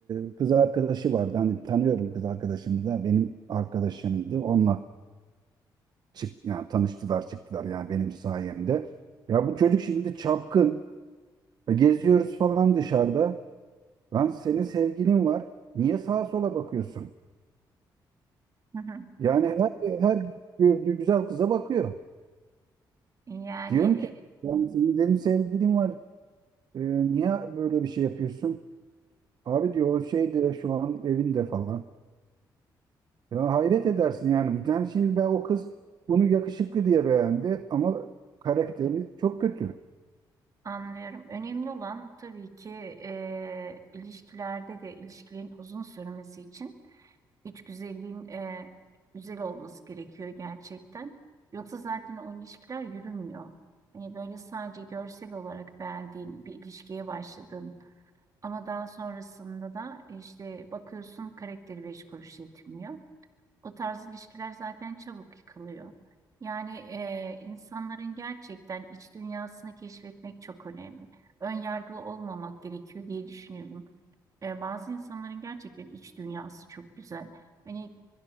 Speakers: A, on the right; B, on the right.
A: e, kız arkadaşı vardı. Hani tanıyorum kız arkadaşını da benim arkadaşımdı. Onunla çık yani tanıştılar çıktılar yani benim sayemde. Ya bu çocuk şimdi çapkın. E, Geziyoruz falan dışarıda. Lan senin sevgilin var. Niye sağa sola bakıyorsun?
B: Hı hı.
A: Yani her, her gördüğü güzel kıza bakıyor.
B: Yani
A: Diyorum ki
B: e,
A: yani senin dedim sevgilin var. E, niye böyle bir şey yapıyorsun? Abi diyor o şeyde şu an evinde falan. Ya hayret edersin yani. Yani şimdi ben o kız bunu yakışıklı diye beğendi ama karakteri çok kötü.
B: anlıyorum. Önemli olan tabii ki e, ilişkilerde de ilişkilerin uzun sürmesi için. iç güzelliğin e, güzel olması gerekiyor gerçekten. Yoksa zaten o ilişkiler yürümüyor. Hani böyle sadece görsel olarak beğendiğin bir ilişkiye başladın ama daha sonrasında da işte bakıyorsun karakteri beş kuruş yetmiyor. O tarz ilişkiler zaten çabuk yıkılıyor. Yani e, insanların gerçekten iç dünyasını keşfetmek çok önemli. Ön yargılı olmamak gerekiyor diye düşünüyorum. E, bazı insanların gerçekten iç dünyası çok güzel. Hani